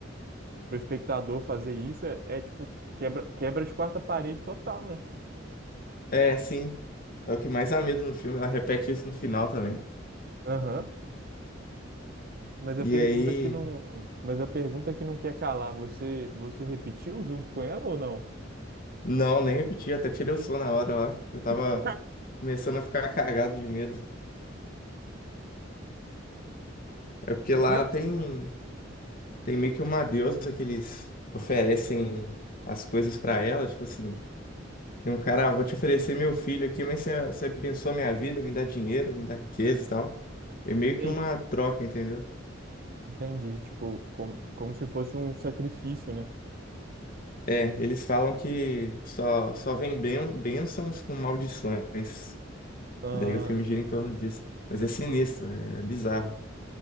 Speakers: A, on the right; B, on the left.
A: pro espectador fazer isso, é, é, tipo, quebra, quebra de quarta parede total, né?
B: É, sim. É o que mais dá medo no filme, ela repete isso no final também.
A: Aham. Mas a
B: E
A: pergunta
B: aí.
A: que não, mas a pergunta que não quer calar, você, você repetiu junto com ela ou não?
B: Não, nem repeti, até tirei o som na hora lá. Eu tava
A: <laughs>
B: começando a ficar <laughs> cagado de medo. É porque lá
A: Yeah.
B: tem, tem meio que uma deusa que eles oferecem as coisas pra ela, tipo assim. Tem um cara, ah, vou te oferecer meu filho aqui, mas você, você abençoa minha vida, me dá dinheiro, me dá riqueza e tal. É meio
A: Entendi.
B: que uma troca, entendeu?
A: Entendi, tipo, como, como se fosse um sacrifício, né?
B: É, eles falam que só, só vem ben, bênçãos com maldições.
A: Ah,
B: Daí o filme gira
A: tá.
B: em torno disso. Mas é sinistro, é bizarro.